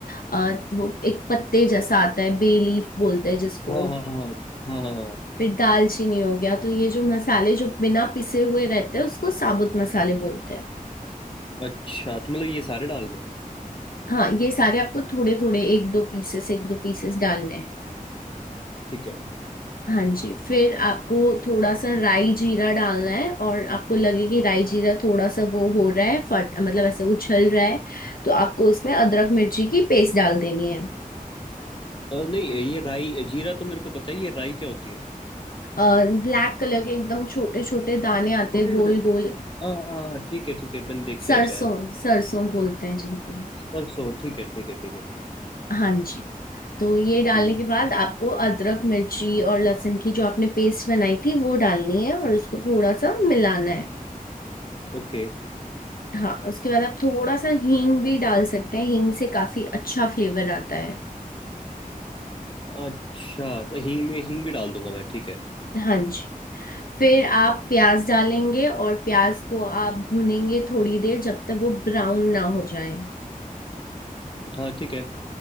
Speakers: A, on the left; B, on the left.
A: अ, वो एक पत्ते जैसा आता है बे लीफ बोलते हैं जिसको
B: हाँ हाँ हाँ हाँ हाँ हाँ।
A: फिर दालचीनी हो गया तो ये जो मसाले जो बिना पिसे हुए रहते हैं उसको साबुत मसाले बोलते हैं
B: अच्छा तो मतलब ये सारे डालने हैं
A: हाँ ये सारे आपको थोड़े थोड़े एक दो पीसेस एक दो पीसेस डालने हैं
B: ठीक है
A: हाँ जी फिर आपको थोड़ा सा राई जीरा डालना है और आपको लगे कि राई जीरा थोड़ा सा वो हो रहा है फट मतलब ऐसे उछल रहा है तो आपको इसमें अदरक मिर्ची की पेस्ट डाल देनी है
B: अ, नहीं ये राई जीरा तो मेरे को पता है ये राई क्या होती है
A: और ब्लैक कलर के एकदम छोटे छोटे दाने आते
B: छोटे
A: हैं गोल
B: छोटे
A: गोल
B: हाँ हाँ हाँ, ठीक है ठीक है मैंने देखे
A: सरसों
B: हैं शायद
A: सरसों बोलते हैं जिनको
B: सरसों ठीक है ठीक है ठीक है ठीक है
A: हाँ जी तो ये डालने
B: हम्म
A: के बाद आपको अदरक मिर्ची और लहसुन की जो आपने पेस्ट बनाई थी वो डालनी है और उसको थोड़ा सा मिलाना है
B: ओके
A: हाँ उसके बाद आप थोड़ा सा हींग भी डाल सकते हैं हींग से काफी अच्छा फ्लेवर आता है
B: अच्छा तो हींग में हींग भी डाल दूंगा मैं ठीक है
A: हाँ जी फिर आप प्याज डालेंगे और प्याज को आप भूनेंगे थोड़ी देर जब तक वो ब्राउन ना हो जाए
B: हाँ ठीक है